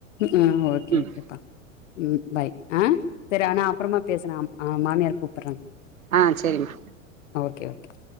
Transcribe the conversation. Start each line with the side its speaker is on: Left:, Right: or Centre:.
Left: ஆ ஓகே
Right: ம்
Left: ஓகேப்பா ம் பை ஆ சரி ஆனா அப்புறமா பேசுறேன். ஆ மாமியார் கூப்புறாங்க
Right: ஆ செரிம்மா
Left: ஒகே கே